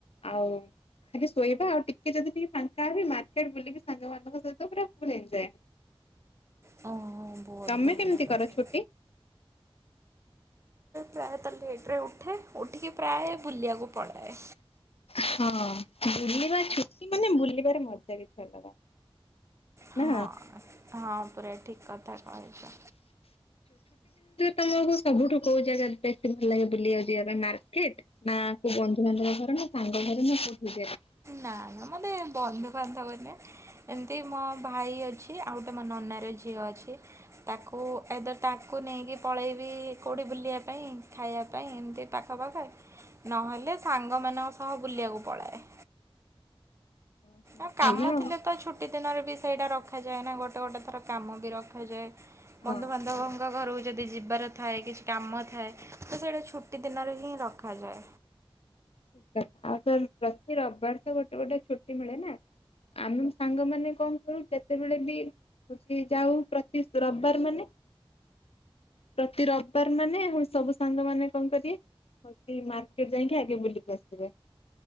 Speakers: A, on the left; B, on the right.
A: ଆଉ ଖାଲି ଶୋଇବା, ଆଉ ଟିକେ ଯଦି ଟିକ ଫାଙ୍କା ହେବି, ମାର୍କେଟ ବୁଲିବି ସାଙ୍ଗମାନଙ୍କ ସହିତ ଫୁଲ୍ ଏନ୍ଜଏ।
B: ହଁ ବହୁତ
A: ତମେ
B: ଭଲ
A: କେମିତି
B: କଥା।
A: କର ଛୁଟି?
B: ପ୍ରାୟତ ଲେଟରେ ଉଠେ ଉଠିକି ପ୍ରାୟ ବୁଲିବାକୁ ପଳାଏ।
A: ହଁ ବୁଲିବା ଛୁଟି ମାନେ ବୁଲିବାର ମଜା କିଛି ଅଲଗା।
B: ହଁ
A: ନା।
B: ହଁ। ଠିକ କଥା କହଛ।
A: ତୁମକୁ ସବୁଠୁ କୋଉ ଜାଗା ବେଶୀ ଭଲ ଲାଗେ ବୁଲିିବାକୁ ଯିବା ପାଇଁ ମାର୍କେଟ, ନା କୋଉ ବନ୍ଧୁ, ବାନ୍ଧବ ଘର, ନା ସାଙ୍ଗ ଘର ନା କୋଉଠି?
B: ନା ନା ମାତେ ବନ୍ଧୁ ବାନ୍ଧବ ନେ। ଏମିତି ମୋ ଭାଇ ଅଛି। ଆଉ ଗୋଟେ ମୋ ନନାର ଝିଅ ଅଛି। ତାକୁ ଆଇଦର୍ ତାକୁ ନେଇକି ପଳେଇବି କଉଠି ବୁଲିବା ପାଇଁ ଖାଇବା ପାଇଁ ଏମିତି ତାଙ୍କ ପାଖ ନହେଲେ ସାଙ୍ଗମାନଙ୍କ ସହ ବୁଲିବାକୁ ପଳାଏ।
A: ଓହୋ
B: ଆ କାମ
A: ଭଲ ଆଉ।
B: ଥିଲେ ତ ଛୁଟି ଦିନରେ ବି ସେଇଟା ରଖ ରଖାଯାଏ ନା ଗୋଟେ ଗୋଟେ ଥର କାମ ବି ରଖାଯାଏ।
A: ହଁ
B: ବନ୍ଧୁ ବାନ୍ଧବଙ୍ଗ ଘରୁ ଯଦି ଯିବାର ଥାଏ କିଛି କାମ ଥାଏ ତ ସେଇଟା ଛୁଟି ଦିନରେ ହିଁ ରଖାଯାଏ।
A: ଠିକ ଆଉ ସ ପ୍ରତି ରବିବାର ତ ଗୋଟେ ଗୋଟେ ଛୁଟି ମିଳେ ନା ଆମେ ସାଙ୍ଗ ମାନେ କଣ କରୁ ଯେତେବେଳେ ବି ହଉଛି ଯାଉ ପ୍ରତି ରବିବାର ମାନେ ପ୍ରତି ରବିବାର ମାନେ ସବୁ ସାଙ୍ଗ ମାନ କଣ କରିବେ ହଉଛି ମାର୍କେଟ ଯାଇକି ଆଗେ ବୁଲ ଆସିବେ।